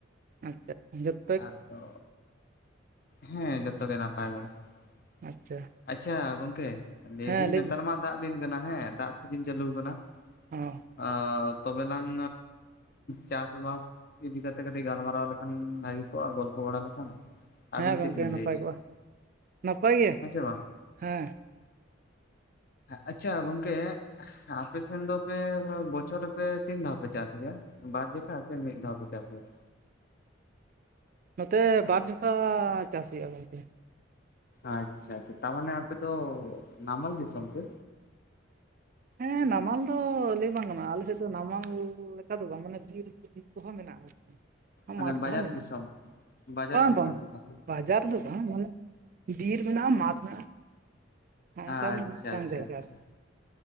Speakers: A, on the right (about 45°); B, on the left (about 50°).
A: ᱟᱪᱪᱷᱟ ᱟᱪᱪᱷᱟ <unintelligible>
B: ᱟᱫᱚ ᱦᱮᱸ ᱡᱚᱛᱚᱜᱮ ᱱᱟᱯᱟᱭ ᱵᱟᱲᱟ ᱾
A: ᱟᱪᱪᱷᱟ
B: ᱟᱪᱪᱷᱟ ᱜᱚᱝᱠᱮ ᱞᱟᱹᱭᱫᱟᱹᱧ
A: ᱦᱮᱸ ᱞᱟᱹᱭ
B: ᱱᱮᱸᱛᱟᱨ
A: ᱵᱤᱱ
B: ᱢᱟ ᱫᱟᱜ ᱫᱤᱱ ᱠᱟᱱᱟ ᱾ᱦᱮᱸ ᱫᱟᱜ ᱥᱤᱡᱤᱸᱱ ᱪᱟᱹᱞᱩ ᱠᱟᱱᱟ᱾
A: ᱚᱸ,
B: ᱚ ᱛᱚᱵᱮᱞᱟᱝ ᱪᱟᱥᱵᱟᱥ ᱤᱫᱤ ᱠᱟᱛᱮ ᱠᱟᱹᱴᱤᱡ ᱜᱟᱞᱢᱟᱨᱟᱣ ᱞᱮᱠᱷᱟᱱ ᱜᱚᱞᱯᱚ ᱵᱟᱲᱟ ᱞᱮᱠᱷᱟᱱ
A: ᱦᱮᱸ
B: ᱟᱵᱤᱸᱱ
A: ᱜᱚᱢᱠᱮ
B: ᱪᱮᱫ ᱵᱤᱱ
A: ᱱᱟᱯᱟᱭ
B: ᱞᱟᱹᱭᱫᱟ
A: ᱠᱚᱜᱼᱟ ᱱᱟᱯᱟᱭ ᱜᱮ
B: ᱦᱮᱸᱥᱮ ᱵᱟᱝ?
A: ᱦᱮᱸ
B: ᱟᱪᱪᱷᱟ ᱜᱚᱝᱠᱮ ᱟᱯᱮ ᱥᱮᱱ ᱫᱚᱯᱮ ᱵᱚᱪᱷᱚᱨ ᱨᱮ ᱯᱮ ᱛᱤᱸᱱ ᱫᱷᱟᱣ ᱯᱮ ᱪᱟᱥ ᱜᱮᱭᱟ? ᱵᱟᱨ ᱡᱮᱠᱷᱟ ᱥᱮ ᱢᱤᱫ ᱫᱷᱟᱣ ᱯᱮ ᱪᱟᱥᱟ ᱜᱮᱭᱟ?
A: ᱱᱚᱸᱛᱮ ᱵᱟᱨ ᱡᱚᱠᱷᱟ ᱪᱟᱥ ᱦᱩᱭᱩᱜ ᱼᱟ ᱜᱚᱝᱠᱮ ᱾
B: ᱟᱪᱪᱷᱟ ᱟᱪᱪᱷᱟ ᱛᱟ ᱢᱟᱱᱮ ᱟᱯᱮ ᱛᱚ ᱱᱟᱢᱟᱞ ᱫᱤᱥᱚᱢ ᱥᱮ?
A: ᱦᱮᱸ ᱱᱟᱢᱟᱞ ᱫᱚ ᱞᱟᱹᱭ ᱵᱟᱝ ᱜᱟᱱᱚᱜᱼᱟ ᱟᱞᱮ ᱥᱮᱫ ᱫᱚ ᱱᱟᱢᱟᱞ ᱞᱮᱠᱟ ᱫᱚ ᱵᱟᱝ ᱢᱟᱱᱮ ᱵᱤᱨ ᱵᱤᱨ ᱠᱚᱦᱚᱸ ᱢᱮᱱᱟᱜᱼᱟ᱾ <inaudible>
B: ᱢᱟᱱᱮ
A: ᱢᱟᱴᱷ ᱠᱚᱦᱚᱸ
B: ᱵᱟᱡᱟᱨ
A: ᱢᱮᱱᱟᱜᱼᱟ
B: ᱫᱤᱥᱚᱢ? ᱵᱟᱡᱟᱨ
A: ᱵᱟᱝ
B: ᱫᱤᱥᱚᱢ
A: ᱵᱟᱝ
B: ᱞᱮᱠᱟ ᱥᱮ
A: ᱵᱟᱡᱟᱨ ᱫᱚ ᱵᱟᱝ ᱢᱟᱱᱮ ᱵᱤᱨ ᱢᱮᱱᱟᱜᱼᱟ ᱢᱟᱴᱷ ᱢᱮᱱᱟᱜᱼᱟ ᱱᱚᱜ-ᱚ
B: ᱟᱪᱪᱷᱟ
A: ᱱᱚᱜᱠᱟᱱ
B: ᱟᱪᱪᱷᱟ
A: ᱡᱟᱭᱜᱟ
B: ᱟᱪᱪᱷᱟ
A: ᱟᱨᱠᱤ᱾